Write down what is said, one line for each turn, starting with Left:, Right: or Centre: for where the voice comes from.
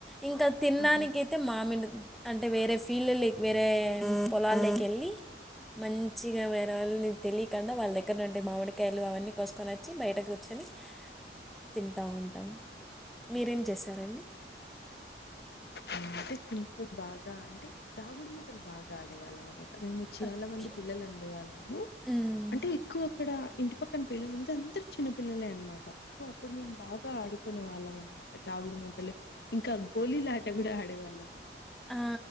Centre: ఇంకా తినడానికి
Left: ఆహా
Centre: అయితే మామిని అంటే వేరే ఫీల్డ్ లేక్ వేరే పొలాల్లోకి వెళ్ళి మంచిగా వేరవని వాళ్ళ దగ్గర ఉంటే మామిడికాయలు అవన్నీ కోసుకొని వచ్చి బయట కూర్చొని తింటా ఉంటాం మీరేం చేశారండి
Left: అంటే బాగా అంటే దాగుడు ముతలు బాగా ఆడేవాళ్ళ అన మేము చాలా
Centre: ఓకే
Left: మంది పిల్లలు ఉండే వాళ్ళము
Centre: మ్మ్.
Left: అంటే ఎక్కువ అక్కడ ఇంటి పక్కన పిల్లలుంది అందరు చిన్న పిల్లలే అనమాట సో అప్పుడు మేము బాగా ఆడుకునే వాళ్ళం అనమాట ద దాగుడు మూతలు ఇంకా గోళీలు ఆట కూడా ఆడేవాళ్ళం
Centre: ఆ,